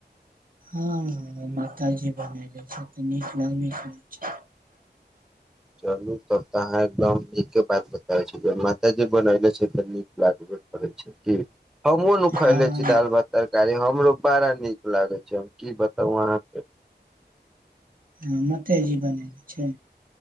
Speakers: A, on the right (about 50°); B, in the centre.
A: हँ मातााजी बनबै छथिन तऽ नीक लगैत रहय छै
B: चलू तब तऽ अहाँ एकदम नीके बात बताबे छी ज माता जी बनले छै त नीक लागबे करे छै जी हमहुँ न
A: हँ
B: खइले छी दाल भात तरकारी हमरो बड़ा नीक लागे छै हम की बताउ अहाँके
A: ह मतेजी बनेने छै